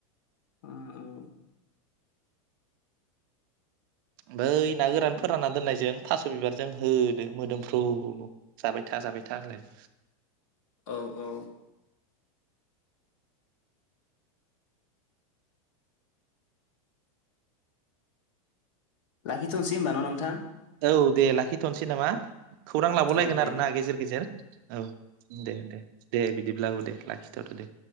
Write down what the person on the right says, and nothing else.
नै ना गोरान फोराना दोननायजों थास' बिबारजों हो मोदोमफ्रु जाबाय था जाबाय था होनलाय
औ दे लाखिथनसै नामा खौरां लाबावलायगोन
आरो
ना गेजेर गेजेर औ दे दे दे बिदिब्लाबो दे लाखिथदो दे